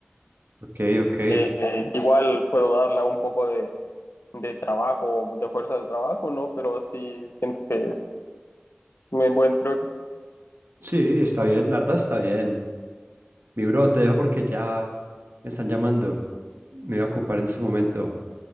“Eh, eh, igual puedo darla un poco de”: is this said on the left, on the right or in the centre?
Left